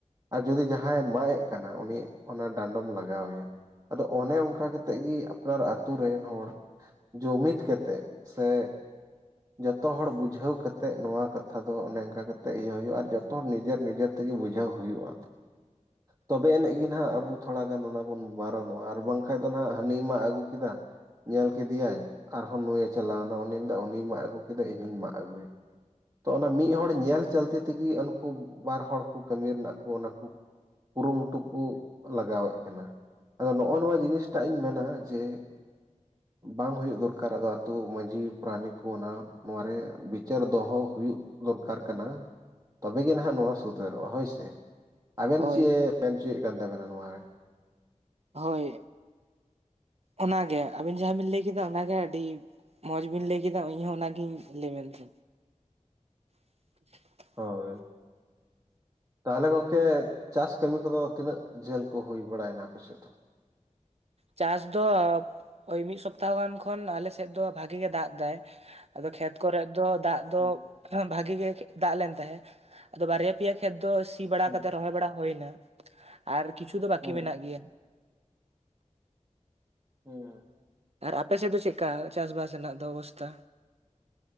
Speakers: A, on the right; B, on the right.
A: ᱟᱨ ᱡᱩᱫᱤ ᱡᱟᱦᱟᱸᱭ ᱢᱟᱜᱽ ᱮᱜ ᱠᱟᱱᱟ ᱩᱱᱤ ᱚᱱᱟ ᱰᱟᱸᱰᱚᱢ ᱞᱟᱜᱟᱣ ᱮᱭᱟ ᱟᱫᱚ ᱚᱱᱮ ᱚᱱᱠᱟ ᱠᱟᱛ ᱛᱮᱜ ᱜᱤ ᱟᱯᱱᱟᱨ ᱟᱛᱩ ᱨᱮᱱ ᱦᱚᱲ ᱡᱩᱢᱤᱫ ᱠᱟᱛᱮᱜ ᱥᱮ ᱡᱚᱛᱚ ᱦᱚᱲ ᱵᱩᱡᱷᱟᱹᱣ ᱠᱟᱛᱮᱜ ᱱᱚᱣᱟ ᱠᱟᱛ ᱛᱷᱟ ᱫᱚ ᱚᱱᱮ ᱚᱱᱠᱟ ᱠᱟᱛᱮᱜ ᱤᱭᱟᱹ ᱦᱩᱭᱩᱜ-ᱟ ᱟᱨ ᱡᱚᱛᱚ ᱦᱚᱲ ᱱᱤᱡᱮᱨ ᱱᱤᱡᱮᱨ ᱛᱮᱜᱮ ᱵᱩᱡᱷᱟᱹᱣ ᱦᱩᱭᱩᱜ-ᱟ᱾ ᱛᱚᱵᱮ ᱟᱹᱱᱤᱡ ᱜᱮ ᱱᱟᱜ ᱟᱵᱚ ᱛᱷᱚᱲᱟ ᱜᱟᱱ ᱚᱱᱟ ᱵᱚᱱ ᱵᱟᱨᱚᱱᱚᱜ-ᱟ ᱟᱨ ᱵᱟᱝᱠᱷᱟᱡ ᱫᱚ ᱱᱟᱦᱟᱜ ᱦᱟᱹᱱᱤ ᱢᱟᱜᱽ ᱟᱹᱜᱩ ᱠᱮᱫᱟ ᱧᱮᱞ ᱠᱮᱫᱤᱭᱟᱭ ᱟᱨᱦᱚᱸ ᱱᱩᱭᱮ ᱪᱟᱞᱟᱣ ᱱᱟ᱾ ᱩᱱᱤ ᱫᱚ ᱩᱱᱤ ᱢᱟᱜᱽ ᱟᱹᱜᱩ ᱠᱮᱫᱟ ᱤᱧ ᱦᱩᱧ ᱢᱟᱜᱽ ᱟᱜᱩᱭᱟ᱾ ᱛᱚ ᱚᱱᱟ ᱢᱤᱫ ᱦᱚᱲ ᱧᱮᱞ ᱪᱟᱞᱛᱤ ᱛᱤᱜᱤ ᱩᱱᱠᱩ ᱵᱟᱨ ᱦᱚᱲ ᱠᱩ ᱠᱟᱹᱢᱤ ᱨᱮᱱᱟᱜᱼᱼᱼ ᱚᱱᱟ ᱠᱤ ᱠᱩᱨᱩᱢᱩᱴᱩ ᱠᱩ ᱞᱟᱜᱟᱣᱮᱜ ᱠᱟᱱᱟ, ᱟᱫᱚ ᱱᱚᱜᱼᱚ ᱱᱚᱣᱟ ᱡᱤᱱᱤᱥ ᱴᱟᱜ ᱤᱧ ᱢᱮᱱᱟ ᱡᱮ ᱵᱟᱝ ᱦᱩᱭᱩᱜ ᱫᱚᱨᱠᱟᱨ᱾ ᱟᱫᱚ ᱟᱛᱳ ᱢᱟᱺᱡᱷᱤ ᱯᱟᱨᱟᱱᱤᱠ ᱠᱚ ᱚᱱᱟ ᱱᱚᱣᱟ ᱨᱮ ᱵᱤᱪᱟᱹᱨ ᱫᱚᱦᱚ ᱦᱩᱭᱩᱜ ᱫᱚᱨᱠᱟᱨ ᱠᱟᱱᱟ᱾ ᱛᱚᱵᱮ ᱜᱮ ᱱᱟᱦᱟᱜ ᱱᱚᱣᱟ, ᱥᱩᱫᱷᱟᱹᱨᱚᱜᱼᱟ᱾ ᱦᱳᱭ ᱥᱮ᱾ ᱟᱵᱮᱱ
B: ᱦᱳᱭ
A: ᱪᱮᱫ ᱢᱮᱱᱪᱚᱭᱮᱫ ᱠᱟᱱ ᱛᱟᱵᱮᱱᱟ ᱱᱚᱣᱟ ᱨᱮ?
B: ᱦᱳᱭ ᱚᱱᱟᱜᱮ, ᱟᱹᱵᱤᱱ ᱡᱟᱦᱟᱸ ᱵᱤᱱ ᱞᱟᱹᱭ ᱠᱮᱫᱟ ᱚᱱᱟᱜᱮ ᱟᱹᱰᱤ ᱢᱚᱸᱡᱽ ᱵᱤᱱ ᱞᱟᱹᱭ ᱠᱮᱫᱟ᱾ ᱤᱧ ᱦᱚᱸ ᱚᱱᱟᱜᱤᱧ ᱞᱟᱹᱭ ᱢᱮᱱ ᱛᱮ᱾ <inaudible>
A: ᱦᱳᱭ᱾ ᱛᱟᱦᱚᱞᱮ ᱜᱚᱝᱠᱮ ᱪᱟᱥ ᱠᱟᱹᱢᱤ ᱠᱚᱫᱚ ᱛᱤᱱᱟᱹᱜ ᱡᱷᱟᱹᱞ ᱠᱚ ᱦᱩᱭ ᱵᱟᱲᱟᱭᱱᱟ ᱟᱯᱮ ᱥᱮᱫ ᱫᱚ?
B: ᱪᱟᱥ ᱫᱚ ᱳᱭ ᱢᱤᱫ ᱥᱚᱯᱛᱟᱦᱚ ᱜᱟᱱ ᱠᱷᱚᱱ ᱟᱞᱮᱥᱮᱫ ᱫᱚ ᱵᱷᱟᱜᱤ ᱜᱮ ᱫᱟᱜ ᱫᱟᱭ᱾ ᱟᱫᱚ ᱠᱷᱮᱛ ᱠᱚᱨᱮ ᱫᱚ ᱫᱟᱜ ᱫᱚ
A: ᱦᱩᱸ
B: ᱵᱷᱟᱜᱤ ᱜᱮ ᱫᱟᱜ ᱞᱮᱱ ᱛᱟᱦᱮᱸᱫ, ᱟᱫᱚ ᱵᱟᱨᱭᱟ ᱯᱤᱭᱟ ᱠᱷᱮᱛ ᱫᱚ ᱥᱤ ᱵᱟᱲᱟ
A: ᱦᱩᱸ
B: ᱠᱟᱛᱮᱫ ᱨᱚᱦᱚᱭ ᱵᱟᱲᱟ ᱦᱳᱭ ᱱᱟ᱾ ᱟᱨ ᱠᱤᱪᱷᱩ ᱫᱚ ᱵᱟᱠᱤ
A: ᱦᱩᱸ
B: ᱢᱮᱱᱟᱜ ᱜᱮᱭᱟ᱾
A: ᱦᱩᱸ᱾
B: ᱟᱨ ᱟᱯᱮ ᱥᱮᱫ ᱫᱚ ᱪᱮᱜᱠᱟ ᱪᱟᱥᱵᱟᱥ ᱨᱮᱱᱟᱜ ᱫᱚ ᱚᱵᱚᱥᱛᱟ?